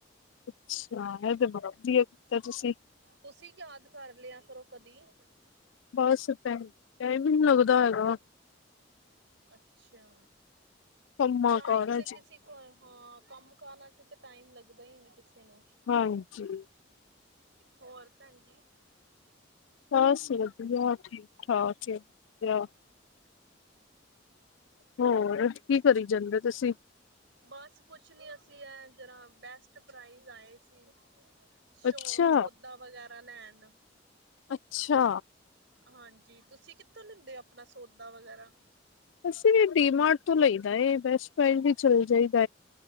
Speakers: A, on the left; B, on the right.
A: ਅੱਛਾ, ਇਹ ਤੇ ਬੜਾ ਵਧੀਆ ਕੀਤਾ ਤੁਸੀਂ
B: ਤੁਸੀਂ ਯਾਦ ਕਰ ਲਿਆ ਕਰੋ ਕਦੀ
A: ਬਸ ਭੈਣ ਜੀ, ਟਾਈਮ ਹੀ ਨਈ ਲੱਗਦਾ ਹੈਗਾ।
B: ਅੱਛਾ,
A: ਕੰਮਾਂ
B: ਟਾਈਮ
A: ਕਾਰਾਂ
B: ਤੇ
A: ਚ
B: ਕਿਸੀੇ ਹਾਂ, ਕੰਮ ਕਾਰਾ ਚ ਤਾਂ ਟਾਈਮ ਲੱਗਦਾ ਹੀ ਨਈ ਕਿਸੇ ਨੂੰ
A: ਹਾਂਜੀ।
B: ਹੋਰ ਭੈਣਜੀ।
A: ਬਸ, ਵਧੀਆ ਠੀਕ ਠਾਕ ਏ, ਵਦੀਆ ਹੋਰ ਕੀ ਕਰੀ ਜਾਂਦੇ ਤੁਸੀਂ
B: ਬਸ ਕੁਛ ਨਈ ਅਸੀਂ ਅਹਿ ਜ਼ਰਾ ਬੈਸਟ ਪ੍ਰਾਈਜ਼ ਆਏ ਸੀ। ਸ਼ੋਪ
A: ਅੱਛਾ
B: ਸੌਦਾ ਵਗੈਰਾ ਲੈਣ
A: ਅੱਛਾ।
B: ਹਾਂਜੀ, ਤੁਸੀਂ ਕਿੱਥੋਂ ਲੈਂਦੇ ਹੋ ਆਪਣਾ ਸੌਦਾ ਵਗੈਰਾ?
A: ਅਸੀ ਵੀ ਡੀਮਾਰਟ ਤੋਂ ਲਈਦਾ ਇਹ ਬੈਸਟ ਪ੍ਰਾਈਜ ਵੀ ਚੱਲਦੇ।